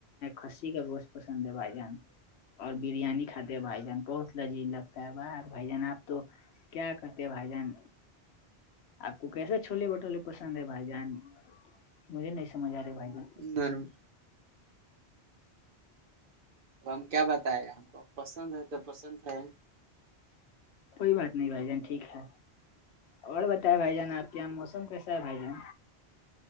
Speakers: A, on the left (about 75°); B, on the right (about 55°).
A: کسی کا گوشت پسند ہے بھائی جان اور بریانی <unintelligible> ھاتے بھائی جان بہت لذیذ لگتا ہے باہ بھائی جان آپ تو کیا کرتے بھائی جان آپ کو کیسے چھولے بھٹولے پسند ہے بھائی جان مجھے نہیں سمجھ آ رہے بھائی جان
B: دان <unintelligible> اب ہم کیا بتائے ہم کو پسند ہے تو پسند ہے
A: کوئی بات نہیں بھائی جان ٹھیک ہے اور بتائے بھائی جان آپ کے یہاں موسم کیسا ہے بھائی جان